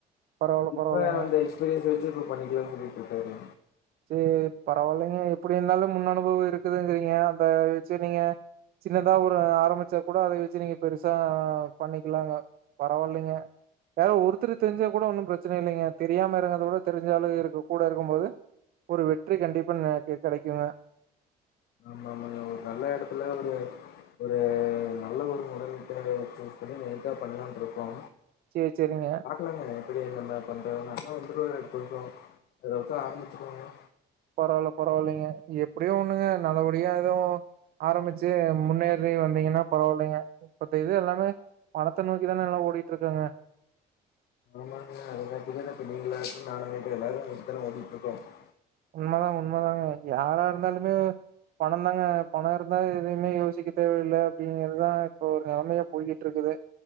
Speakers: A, on the right (about 60°); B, on the left (about 70°).
A: பரவால்ல
B: இப்ப
A: பரவால்லைங்க
B: அந்த எக்ஸ்பீரியன்ஸ் வச்சுப் இப்ப பண்ணிக்கலானு சொல்லிட்ருக்காரு
A: சேரி பரவாலிங்க எப்புடி இருந்தாலும் முன் அனுபவம் இருக்குதுங்கிறீங்க அத வெச்சு நீங்க சின்னதா ஒரு ஆரம்பிச்சா கூட அதை வச்சு நீங்க பெருசா பண்ணிக்கிலாங்க பரவால்லிங்க யார் ஒருத்திரு தெரிஞ்சா கூட ஒன்னும் பிரச்சனை இல்லைங்க தெரியாம எறங்கதவிட தெரிஞ்சாலுங்க இரு கூட இருக்கும் போது ஒரு வெற்றி கண்டிப்பா <unintelligible> கெடைக்குங்க
B: ஆமா ஆமாங்க ஒரு நல்ல எடத்துல ஒரு <unintelligible>
A: சேரி சேரிங்க
B: பாக்கலாங்க எப்படி எங்க பண்றனதுனு அண்ணா வந்துருவாரு <unintelligible> ஆரம்பிச்சுக்கோங்க
A: பரவால்ல பரவாலிங்க எப்படியோ ஒண்ணுங்க நல்லபடியா எதுவு ஆரம்பிச்சி முன்னேறி வந்தீங்கன்னா பரவால்லைங்க மத்த இது எல்லாமே பணத்த நோக்கிதான எல்லா ஓடிக்கிட்ருக்காங்க
B: <unintelligible>
A: உண்மதாங் உண்ம தாங்க யாரா இருந்தாலுமே பணந்தாங்க பண இருந்தா எதையுமே யோசிக்க தேவையில்ல அப்டிங்கறதுதா இப்போ ஒரு நெலமையா போய்கிட்டு இருக்குது